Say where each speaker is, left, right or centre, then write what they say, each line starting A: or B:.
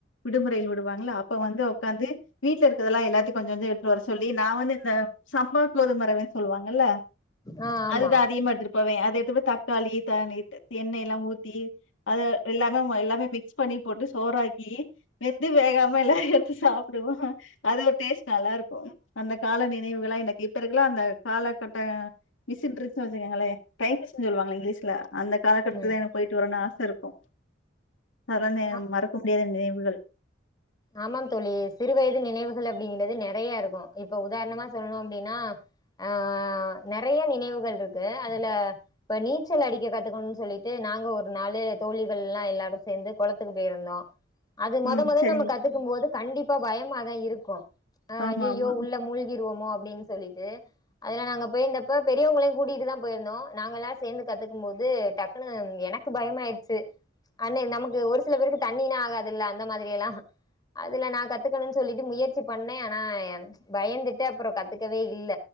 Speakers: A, on the left; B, on the left.
A: விடுமுறையில் விடுவாங்கல்ல அப்ப வந்து உக்காந்து வீட்டுல இருக்கதெல்லா எல்லாத்தையு கொஞ்ச கொஞ்ச எடுத்துட்டு வர சொல்லி நா வந்து இந்த சம்பா கோதும ரவேனு சொல்லுவாங்கல்ல
B: ஆ ஆமா
A: அதுதா அதிகமா எடுத்துட்டு போவே இத எத்து போய் தக்காளி த நி எண்ணெ எல்லா ஊத்தி அது எல்லாமே ம எல்லாமே மி க்ஸ் பண்ணி போட்டு சோறாக்கீ வெந்து வேகாம எல்லா எடுத்து சாப்புடுவோ அது ஒரு டேஸ்ட் நல்லா இருக்கோ அந்த கால நினைவுகளா எனக்கு இப்ப இருக்கல்லா அந்த காலக்கட்ட மிஷின்ட்ர்ச்ச வச்சுக்கங்களே டைம் மெஷின்னு சொல்லுவாங்கள இங்கிலீஷ்ல அந்த காலக்கட்டத்துல
B: ம்
A: எனக் போயிட்டு வரணுனு ஆ இருக்கோ <unintelligible>
B: ஆ
A: மறக்க முடியாத நினை <unintelligible>
B: ஆமாம் தோழி சிறு வயது நினைவுகள் அப்படிங்கறதுநே நெறையா இருக்கு இப்ப உதாரணமா சொல்னு அப்டின்னா ஆஹ் நெறையா நினைவுகள்ருக்கு அதுல இப்ப நீச்சல் அடிக்க கத்துக்கனுன் சொல்லிட்டு நாங்க ஒரு நாளு தோழிகள்லா எல்லாரு சேந்து கொளத்துக்கு போயிருந்தோ அது மொத
A: ம்
B: மொத
A: சரிங்க.
B: நமக் கத்துக்கும் போது கண்டிப் இப்ப பயமாதா இருக்கு அ,
A: ஆமா
B: அய்யயோ
A: ஆமா.
B: உள்ள மூழ்கிருவோமோ ப்டின் சொல்லிட்டு அதுல நாங்க போயிருந்தப்ப பெரியவங்களயு கூட்டிட்டு தா போயிருந்தோ நாங்க எல்லா சேந்து கத்துக்கும்போது டக்குன்னு எனக்கு பயமாயிட்ச்சு அண்ணே நமக்கு ஒரு சில பேருக்கு தண்ணினா ஆகாதுல்ல அந்த மாதிரி எல்லா அதுல நான் கத்துக்கணும்னு சொல்லிட்டு முயற்சி பண்ணேன் ஆனா ச்சு பயந்துட்டு அப்புறோ கத்துக்கவே இல்ல